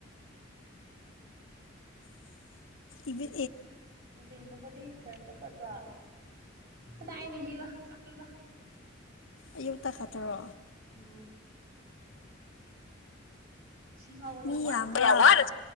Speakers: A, on the left; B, on the right.
A: ꯏꯚ
B: ꯤꯟ ꯀꯨꯝꯄꯗꯤ ꯀꯁ ꯇꯕ꯭ꯔꯥ ꯇꯥꯏꯅꯦ ꯍꯒ ꯆꯇꯒ
A: ꯑꯌꯨꯛꯇ ꯈꯠꯇ꯭ꯔꯣ
B: ꯑꯝ ꯁꯤ ꯐꯥꯎꯕ ꯌꯥꯝ
A: ꯃꯤ
B: ꯋꯥꯅ ꯆꯠꯂꯤꯕꯖꯥꯠꯦ
A: ꯌꯥꯝꯕ꯭ꯔꯥ